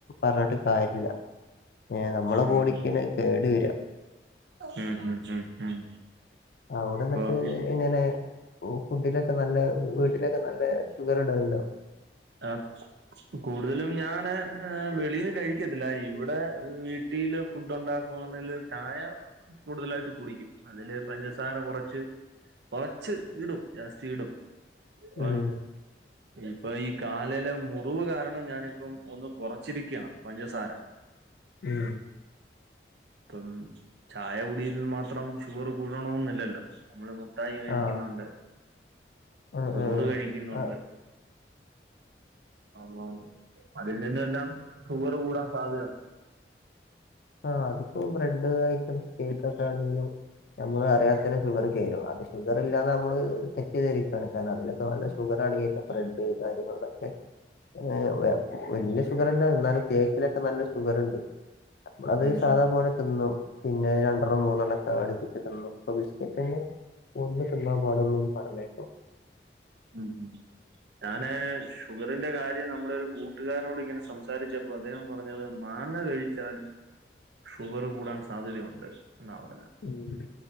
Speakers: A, on the left; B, on the right.
A: പറഞ്ഞിട്ട് കാര്യല്ല ഏഹ് നമ്മളെ
B: ഉം,
A: ബോഡിക്കന്നേ
B: ഉം.
A: കേട് വരികാ
B: ഉം, ഉം, ഉം, ഉം.
A: അവിടെന്നിട്ട്
B: ഇപ്പൊ ഇ-
A: എങ്ങനെ? ഓഹ് ഫുഡിലൊക്കെ നല്ലെ വീട്ടിലൊക്കെ നല്ലെ ഷുഗർ ഇടലുണ്ടോ?
B: ആഹ് കൂടുതലും ഞാന് ഏഹ് വെളീന്ന് കഴിക്കത്തില്ല ഇവ്ടെ വീ ട്ടിയില് ഫുഡ് ഒണ്ടാക്കുവാണേല് ചായ കൂടുതലായിട്ട് കുടിക്കും അതില് പഞ്ചസാര കൊറച്ച് കൊറച്ച് ഇടും. ജാസ്തി ഇടും ഇപ്പ
A: ഉം,
B: ഇപ്പൊ ഈ കാലിലെ മുറിവ് കാരണം ഞാനിപ്പം ഒന്ന് കുറച്ചിരിക്കാണ് പഞ്ചസാര. <inaudible>
A: ഉം.
B: <inaudible> ഇപ്പം ചായ കുടിയിൽ മാത്രം ഷുഗർ കൂടണോന്നില്ലല്ലോ നമ്മള് മു ട്ടായി കഴിക്കുന്നൊണ്ട്.
A: ആ ഉം,
B: ചോറ്
A: ഉം.
B: കഴിക്കുന്നൊണ്ട്.
A: ആ,
B: <unintelligible> അതിൽ നിന്നെല്ലാം ഷുഗറ് കൂടാൻ സാധ്യത
A: ആഹ് അതിപ്പോ ബ്രെഡ് ഐറ്റംസ് കേക്കൊക്കെ ആണെങ്കിലും നമ്മള് അറിയാതെ ത്തന്നെ ഷുഗറ് കേറും അത് ഷുഗറില്ലാന്ന് നമ്മള് തെറ്റ്ദ്ധരിക്കാണ് കാരണം അതില് ഇപ്പൊ നല്ല ഷുഗറടങ്ങീട്ട ബ്രെഡ് കാര്യങ്ങളൊക്കെ. ഏഹ് വ വല്യ ഷുഗറല്ല എന്നാലും കേക്കിലൊക്കെ നല്ല ഷുഗറ്ണ്ട്. അമ്മളത്
B: ഉം
A: സാധാ
B: ഉം
A: പോലെ തിന്നും പിന്നെ രണ്ട്രണ്ണം മൂന്നെണ്ണക്കെ അട്പ്പിച്ച് തിന്നും ഇപ്പൊ ബിസ്കറ്റൊന്നും. ഒന്ന് തിന്നാൻ പാടുള്ളൂന്ന് പറഞ്ഞേക്കാ.
B: ഉം ഞാന് ഷുഗറിന്റെ കാര്യം നമ്മുടെ ഒരു കൂ ട്ടുകാരനോട് ഇങ്ങനെ സംസാരിച്ചപ്പോ അദ്ദേഹം പറഞ്ഞത് മാങ്ങ കഴിച്ചാലും ഷുഗറ് കൂടാൻ സാധ്യതയുണ്ട് എന്നാ പറഞ്ഞത്.
A: ഉം